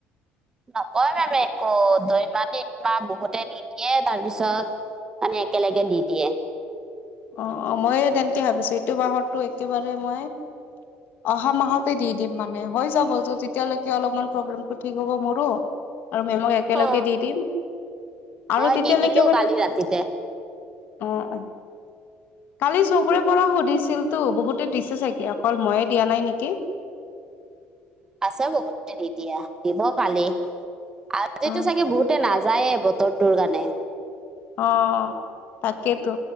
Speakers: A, on the right; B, on the left.
A: নকয় মেমে একো দুইমাহ তিনমাহ বহুতে নিদিয়ে তাৰপিছত মানে একেলগে দি দিয়ে।
B: অ', অ, মইও তেনেতে ভাবিছোঁ এইটো মাহৰটো একেবাৰে মই অহা মাহতে দি দিম মানে হৈ যাব <unintelligible> তেতিয়ালৈকে অলপমান প্ৰব্লেমটো ঠিক হ'ব মোৰো আৰু মেমক একেলগে
A: অ,
B: দি দিম,
A: মই
B: আৰু তেতিয়ালৈকে
A: দি দিলো
B: মানে
A: কালি ৰাতিতে
B: অ', কালি চবৰে পৰা সুধিছিলতো বহুতে দিছে চাগে অকল মইয়ে দিয়া নাই নেকি?
A: আছা বহুতে নিদিয়া দিব কালি, আজিতো
B: অ
A: চাগে বহুত তে নাযায়ে বতৰটোৰ কাৰণে।
B: অ', তাকেতো।